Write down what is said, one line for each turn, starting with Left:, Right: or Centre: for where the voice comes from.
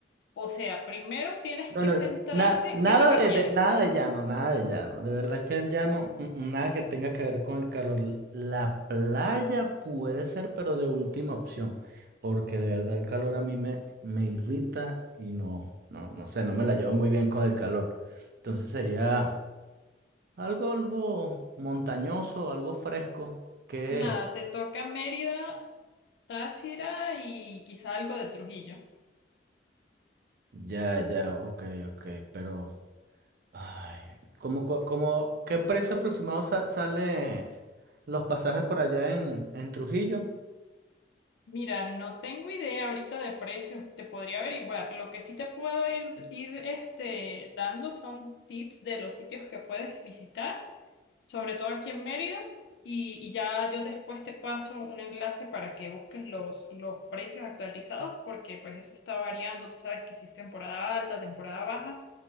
Left: O sea, primero tienes
Right: No,
Left: que
Right: no,
Left: centrarte
Right: na- nada
Left: qué es lo que
Right: de,
Left: quieres.
Right: de- nada de llano, nada de llano. De verdad que el llano, mm, mm, nada que tenga que ver con el calor. La playa puede ser, pero de última opción, porque de verdad el calor a mí me, me irrita y no, no, no sé, no me la llevo muy bien con el calor. Entonces sería algo, algo montañoso, algo fresco, que
Left: Nada, te toca Mérida, Táchira y quizá algo de Trujillo.
Right: ya, ya, ok, ok, pero Ay, ¿cómo, cua- cómo- qué precio aproximado sa- sale los pasajes por allá en, en Trujillo?
Left: Mira, no tengo idea ahorita de precios, te podría averiguar. Lo que sí te puedo ir, ir este, dando son tips de los sitios que puedes visitar, sobre todo aquí en Mérida, y, y ya yo después te paso un enlace para que busques los, los precios actualizados, porque pues eso está variando, tú sabes que si es temporada alta, temporada baja,